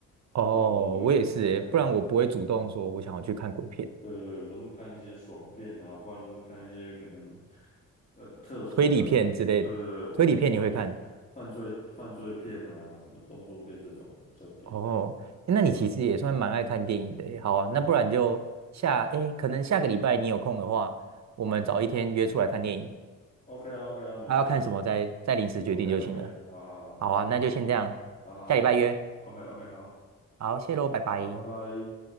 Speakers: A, on the right; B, on the left.
A: 哦，
B: 不然我都不会，
A: 我也是诶，
B: 不太会看鬼片。
A: 不然我不会主动说我想要去看鬼片、
B: 对对对，对我都是看一些爽片啊，不然就是看一些可能呃特殊的。
A: 推理片之类的。
B: 对对对，我犯罪犯罪犯罪片啊，
A: 推理片你会看？
B: 什么动作片这种的比较多。
A: 哦，诶那你其实也算蛮爱看电影的耶好啊，
B: 对啊。
A: 那不然就下，诶，可能下个礼拜你有空的话，我们找一天约出来看电影。
B: OK 啊，OK 啊，没问题。
A: 啊，要看什么再再临时决定就行了。
B: OK OK，好好好，那
A: 好啊，那就先这样，
B: 好好好，OK
A: 下礼拜约。
B: OK，好
A: 好，谢喽，
B: 好好，
A: 拜拜。
B: 拜拜。